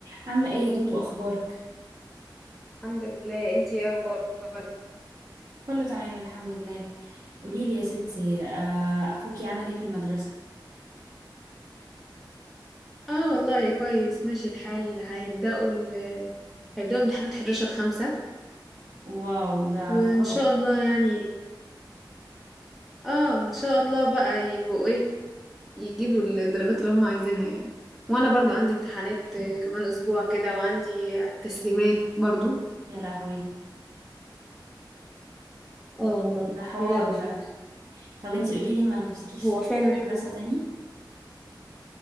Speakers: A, on the right; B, in the centre.
A: عاملة ايه يا دودو اخبارك
B: الحمد لله انتي ايه اخبارك
A: كله تمام الحمد لله قوليلي يا ستي آه، اخوكي عامل ايه في المدرسة
B: اه والله كويس ماشي الحال هيبدأوا ال... هيبدأوا امتحانات 11 5
A: واو ده
B: وان
A: خلاص
B: شاء الله يعني اه ان شاء الله بقى يبقوا ايه يجيبوا الدرجات اللي هم عايزينها يعني وانا برضو عندي امتحانات آه، كمان اسبوع كده وعندي تسليمات برضو
A: يا لهوي
B: اه والله
A: ده حوار
B: يا لهوي
A: ده
B: فعلا
A: طب انتي قوليلي ما نفسكيش
B: هو
A: تدخلي
B: فعلا حوار
A: مدرسة تاني